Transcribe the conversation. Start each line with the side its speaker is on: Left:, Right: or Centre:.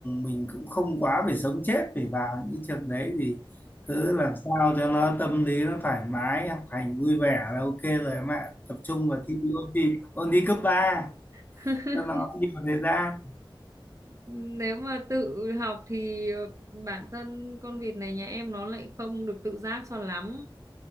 Left: mình cũng không quá phải sống chết phải vào những cái trường đấy thì cứ làm sao cho nó tâm lý nó thoải mái, học hành vui vẻ là ok rồi em ạ. Tập trung vào thi ôn thi ôn thi cấp 3
Right: <laughs>
Left: cho nó nhiều thời gian.
Right: nếu mà tự học thì ờ, bản thân con vịt này nhà em nó lại không được tự giác cho lắm